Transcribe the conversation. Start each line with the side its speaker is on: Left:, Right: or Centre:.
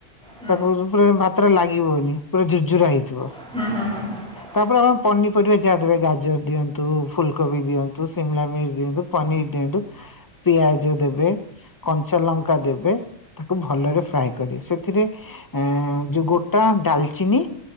Centre: ହୁଁ
Left: ତାକୁ ପୁରା ମାତ୍ର ଲାଗିବନି ପୁରା ଝୁୁରଝୁରା ହେଇଥିବ।
Centre: ହୁଁ ହୁଁ ହୁଁ।
Left: ତାପରେ ଓ ପନିପରିବା ଯାହାଦେବେ ଗାଜର ଦିଅନ୍ତୁ। ଫୁଲକୋବି ଦିଅନ୍ତୁ। ସିମଲା ମିର୍ଚ ଦିଅନ୍ତୁ। ପନିର୍ ଦିଅନ୍ତୁ। ପିଆଜ ଦେବେ। କଞ୍ଚା ଲଙ୍କା ଦେବେ। ତାକୁ ଭଲରେ ଫ୍ରାଏ କରି। ସେଥିରେ ଏଁ, ଯୋଉ ଗୋ ତ ଡାଲଚିନି